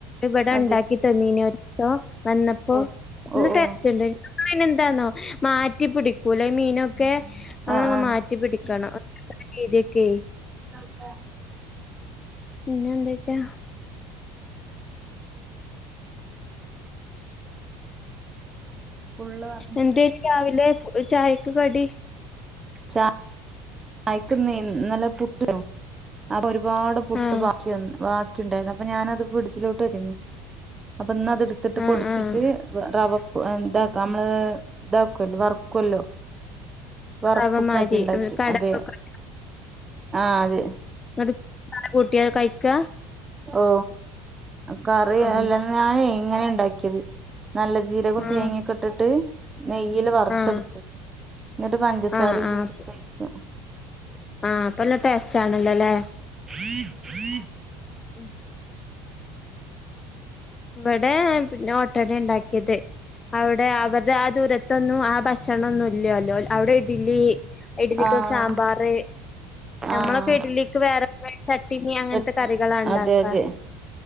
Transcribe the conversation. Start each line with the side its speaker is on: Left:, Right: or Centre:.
Left: ഇവിടെ
Right: അതെ
Left: ഉണ്ടാക്കി <unintelligible> വന്നപ്പോ
Right: ഓ
Left: നല്ല
Right: ഓ ഓ
Left: ടേസ്റ്റല്ലേ എന്താന്നോ മാറ്റിപ്പിടിക്കൂലേ ഈ മീനൊക്കെ നമ്മളങ്ങ്
Right: ആഹ് ആഹ്
Left: മാറ്റി പിടിക്കണം രീതിയൊക്കെ
Right: <unintelligible> ത
Left: പിന്നെ എന്തൊക്കെ
Right: ഫുള്ള് വർണിക്ക
Left: എന്തേനി രാവിലെ ചായക്ക് കടി
Right: ചാ യക്ക്ന്നീ ഇന്നെലെ പുട്ട് <unintelligible> അപ്പൊ ഒരുപാട് പുട്ട്
Left: ആഹ്
Right: ബാക്കി വന്നു. ബാക് ക്കിണ്ടായിന്നു. അപ്പൊ ഞാനത് ഫ്രിഡ്ജിലോട്ട് വെചിന്നു. അപ്പ ഇന്ന് അത് ഇടുത്തിട്ട്
Left: ആഹ്
Right: പൊടിച്ചിട്ട്
Left: ആഹ്
Right: റവ ഇതാക്ക നമ്മള് ഇതാക്കൊല്ലോ വറുക്കല്ലോ. വറപ്പുട്ടാക്കി
Left: അവമാരി
Right: ഇണ്ടാക്കി
Left: കടക്കൊക്കെ
Right: അതെ ആഹ് അത്.
Left: ഇന്നട്ട് അതും കൂട്ടിയത് കഴിക്ക
Right: ഓ കറി
Left: ആഹ്
Right: അല്ല. ഞാനെ ഇങ്ങനെ ഇണ്ടാക്കിയത്. നല്ല ജീരകും
Left: ആഹ്
Right: തേങ്ങ്യക്കെ ഇട്ടിട്ട്. നെയ്യില് വറുത്തെടുത്ത്.
Left: ആഹ്
Right: ഇന്നട്ട് പഞ്ചസാരയും
Left: ആഹ് ആഹ്
Right: കൂട്ടി കൊയക്ക.
Left: ആഹ് അപ്പല്ല ടേസ്റ്റ് ആണല്ലൊല്ലേ.
Right: <inaudible>
Left: ഉം ഇവെടെ പിന്നെ ഓട്ടടെ ഇണ്ടാക്കിയത്. അവടെ അവര്ടെ ആ ദൂര ഇതൊന്നും ആ ഭക്ഷണൊന്നു ഇല്യാല്ലോ ഔടെ ഇഡലി. ഇഡലിക്ക്
Right: ആഹ്
Left: ഒരു സാമ്പാറ്. ഞമ്മളൊക്കെ
Right: ആഹ്
Left: ഇഡലിക്ക് വേറെ ചട്ടിനി അങ്ങൻത്തെ
Right: ചട്നി
Left: കറികളാ ഇണ്ടാക്ക
Right: അതെ അതെ